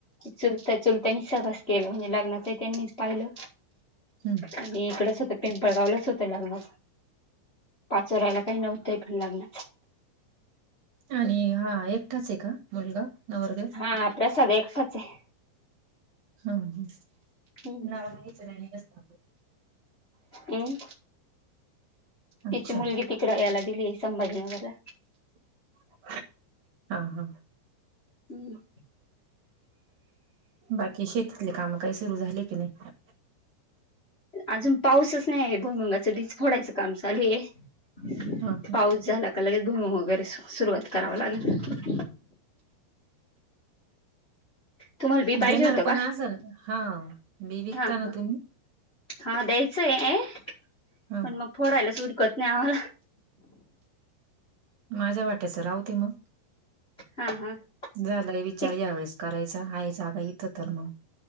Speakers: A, on the left; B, on the right.
A: चुलत्या चुलत्यानीच सगळंच केलं म्हणजे लग्नाच त्यांनीच पाहिलं.
B: हम्म
A: आणि इकडच होते पिंपळगावलच होते लग्न पाचोर्‍याला काही नव्हते पण लग्न
B: आणि हा एकटाच आहे का मुलगा? नवरदेव?
A: हा प्रसाद एकटाच आहे.
B: <unintelligible>
A: हम्म हम्म
B: अच्छा
A: तिची मुलगी तिकडे याला दिली आहे संभाजीनगरला
B: हा हा.
A: हम्म.
B: बाकी शेतीतले काम काही सुरू झाले की नाही?
A: अजून पाऊसच नाहीये भूईमुगाचं बीज फोडायचं काम चालू आहे
B: हा हा
A: पाऊस झाला का लगेच भुईमुग वगैरे सुरुवात करावं लागेल. तुम्हाला बी पाहिजे
B: देणार
A: होतं का
B: पण आज हा बी विकता
A: हा
B: ना तुम्ही
A: हा द्यायचंय
B: हा
A: पण मग फोडायलाच उरकत नाही आम्हाला
B: माझ्या वाट्याचं राहू दे मग
A: हा हा
B: झालंय विचार
A: कि
B: या वेळेस करायचा आहे जागा इथं तर मग